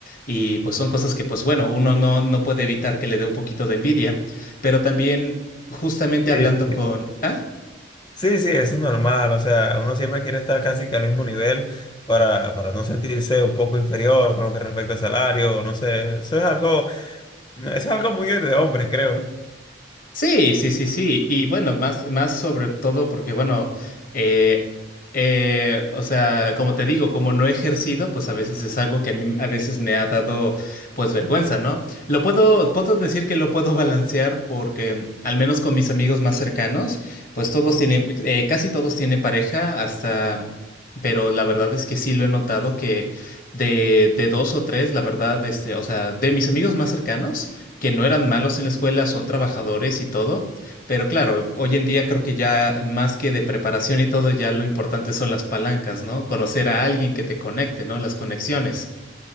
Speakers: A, on the left; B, on the left.
A: Y pues son cosas que pues bueno, uno no, no puede evitar que le dé un poquito de envidia. Pero también justamente
B: Sí,
A: hablando con... ¿Ah?
B: sí, sí, eso es normal. O sea, uno siempre quiere estar casi que al mismo nivel para, para no sentirse un poco inferior con lo que respecta al salario. No sé, eso es algo No, eso es algo muy de hombres, creo, ¿no?
A: Sí, sí, sí, sí. Y bueno, más, más sobre todo porque, bueno, eh, eh, o sea, como te digo, como no he ejercido, pues a veces es algo que a mí a veces me ha dado, pues, vergüenza, ¿no? Lo puedo, puedo decir que lo puedo balancear porque, al menos con mis amigos más cercanos, pues todos tienen, eh, casi todos tienen pareja hasta... Pero la verdad es que sí lo he notado que de, de dos o tres, la verdad, este, o sea, de mis amigos más cercanos, que no eran malos en la escuela, son trabajadores y todo, pero claro, hoy en día creo que ya más que de preparación y todo, ya lo importante son las palancas, ¿no? Conocer a alguien que te conecte, ¿no? Las conexiones.